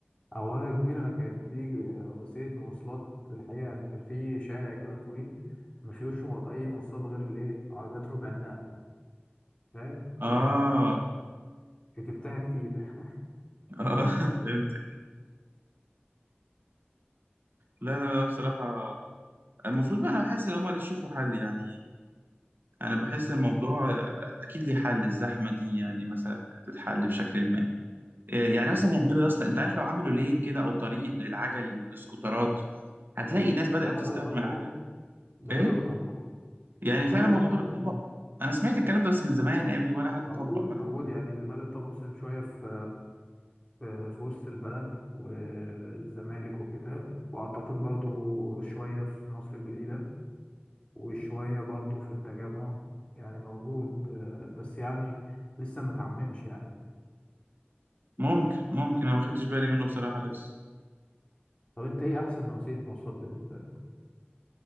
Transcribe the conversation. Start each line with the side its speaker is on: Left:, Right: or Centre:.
Left: او انا كبير انا كانت دي وسيله مواصلات الحقيقه يعني كان في شارع كده طويل ما فيهوش مو- اي مواصلات غير الايه عربيات ربع النقل فاهم
Right: اه
Left: فركبتها
Right: اه
Left: كتير <laughs>
Right: <laughs> فهمتك لا لا لا بصراحه المفروض بقى انا بحس ان هم اللي يشوفوا حل يعني انا بحس الموضوع آه، اكيد ليه حل الزحمه دي يعني مثلا تتحل بشكل ما آه، يعني مثلا يعملوا يا اسطى انت عارف لو عملوا لين كده او طريق للعجل والسكوترات هتلاقي ناس بدأت
Left: ده بداوا
Right: تستخدم
Left: يطبقوه
Right: العجل
Left: ده
Right: ايه
Left: بداوا يطبقوه
Right: يعني فعلا
Left: بداوا
Right: الموضوع
Left: يطبقوه
Right: ده بيتطبق انا سمعت الكلام ده بس من زمان قوي ولا حد
Left: موجود
Right: طبق ولا
Left: موجود
Right: حد عمل
Left: يعني بدأ يطبق مثلا شويه في في في وسط البلد والزمالك وكده وأعتقد برضو شوية في مصر الجديدة وشوية برضو في التجمع يعني موجود آه، بس يعني لسه متعممش يعني
Right: ممكن ممكن انا ما خدتش بالي منه بصراحه لسه
Left: طب انت ايه احسن نوعية مواصلات بالنسبة لك؟